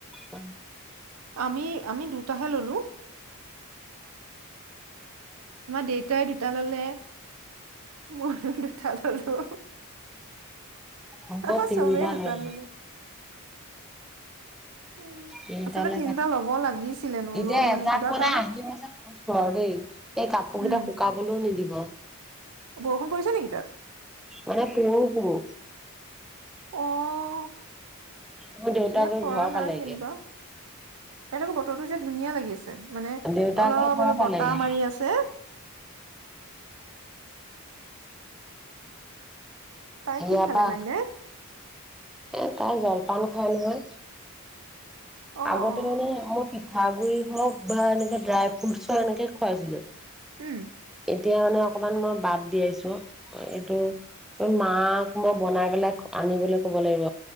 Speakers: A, in the centre; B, on the right.
A: মই
B: আমি, আমি দুটাহে ল'লো। আমাৰ দেউতাই দুটা ল'লে, মই দুটা ল'লো।
A: <unintelligible>
B: আমাৰ
A: তিনিটা
B: চবেই দুটা
A: ললোঁ।
B: ল'লে। উম,
A: তিনিটালৈ
B: আচলতে তিনিটা
A: ক
B: ল'ব লাগিছিলে, নল'লো
A: এতিয়া এজাক
B: কিবা
A: মানে
B: কাৰণত।
A: আহিব যে, কৈছো আৰু দেই। এই কাপোৰ
B: উম,
A: কেইটা শুকাবলৈও নিদিব।
B: বৰষুণ পৰিছে নেকি তাত?
A: মানে পুৰো পুৰো
B: অ'।
A: মোৰ দেউতা
B: ইয়াত
A: গৈ
B: পৰা
A: ঘৰ
B: নাই
A: পালেগে।
B: যেনিবা। ইয়াত আকৌ বতৰটো যে, ধুনীয়া লাগি আছ মানে
A: দেউতা
B: অলপ,
A: গৈ ঘৰ
B: অলপ,
A: পালেগে
B: বতাহ মাৰি আছে। তাই কি
A: ইয়াৰ
B: খালে
A: পৰা
B: মাইনাই?
A: এ তাই জলপান খায় নহয়।
B: অ',
A: আগতে
B: অ',
A: মানে
B: অ',
A: মোৰ পি থাগুৰি হওঁক বা এনেকে ড্ৰাই ফ্ৰুটছৰএনেকে খুৱাইছিলো।
B: উম।
A: এতিয়া মানে অকমান মই বাদ দিয়াইছো এইটো মাকাক মই বনাই পেলাই আনিবলৈ ক'ব লাগিব